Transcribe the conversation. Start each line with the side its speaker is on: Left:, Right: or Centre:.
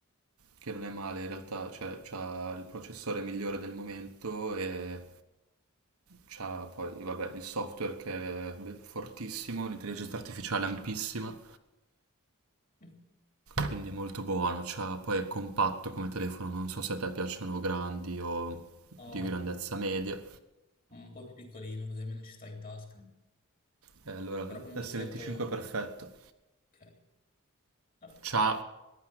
Right: che non è male in realtà, cioè c'ha il processore migliore del momento e c'ha poi, vabbè, il software che è be- fortissimo, l'intelligenza artificiale ampissima,
Left: Mm.
Right: quindi molto buono, c'ha, poi è compatto come telefono, non so se a te piacciono grandi o
Left: Ho
Right: di grandezza media,
Left: un po' più piccolino, così almeno ci sta in tasca.
Right: e allora
Left: Però comunque
Right: S25
Left: ti ho detto,
Right: è perfetto.
Left: ok. Vabbè,
Right: C'ha